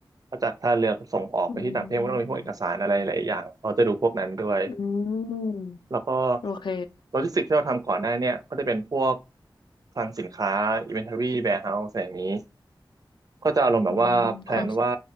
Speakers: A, on the right (about 45°); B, on the left (about 70°).
A: ก็จากท่าเรือส่งออกไปที่ต่างประเทศก็ต้องมีพวกเอกสารอะไรหลายอย่างเราจะดูพวกนั้นด้วย
B: อืมอืม
A: แล้วก็
B: โอเค
A: โลจิสติกที่เราทำก่อนหน้าเนี่ยก็จะเป็นพวกคลังสินค้า inventory warehouse อะไรอย่างนี้ ก็จะอารมณ์แบบว่าแพลนว่า
B: อืมความสุข